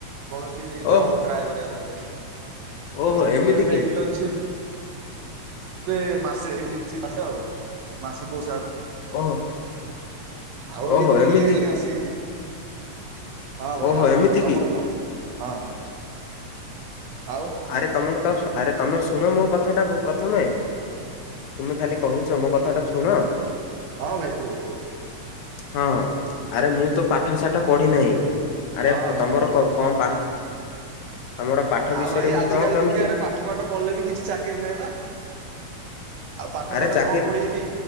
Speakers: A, on the right (about 70°); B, on the left (about 80°).
A: କୌଣସି ଜବ
B: ଓଃ
A: ଟ୍ରାଏ କରିବାକୁଲେ
B: ଓହୋ
A: ଆଉ ସେଥିପାଇଁ
B: ଏମିତି
A: ଏବେ
B: କି
A: ଇଣ୍ଟନସିପ ଏ ମାସେ ଏଇଠି ମାସେ ଆଉ ମାସେ ପ
B: ଓହୋ।
A: ଆଉ
B: ଓହୋ
A: ଦିତିନ୍ଦିନି
B: ଏମିତି
A: ହେଲିଣି ଆସିକିରି। ହଁ ଭାଇ
B: ଓହୋ
A: ଆଉ
B: ଏମିତି
A: କଣ କ ତମର
B: କି
A: କଣ ହଁ ହଁ ଆଉ?
B: ଆରେ ତମେ ଆରେ ତମେ ଶୁଣ ମୋ କଥାଟା କୁ ପ୍ରଥମେ। ତୁମେ ଖାଲି କହୁଛ ମୋ କଥା ଟା ଶୁଣ।
A: ହଁ ଭାଇ କୁହ କୁହ।
B: ହଁ ଆରେ ମୁଁ ତ ପାଠ ସାଠ ପଢି ନାହିଁ। ଆରେ
A: ହଁ ହଁ
B: ତମର
A: ଭାଇ କୁହ।
B: କଣ ପା ତମର ପାଠ
A: ଆଉ
B: ବିଷୟରେ
A: ଭାଇ
B: ମୁଁ
A: ଆଜିକାଲି
B: କଣ କେମିତି
A: ଦୁନିଆରେ ପାଠ ପାଠ ପଢିଲେ ବି କିଛି ଚାକିରି ନାହିଁ ବା। ଆଉ ପାଠ
B: ଆରେ
A: ପାଠ
B: ଚାକିରି
A: ନ ପଢି ବି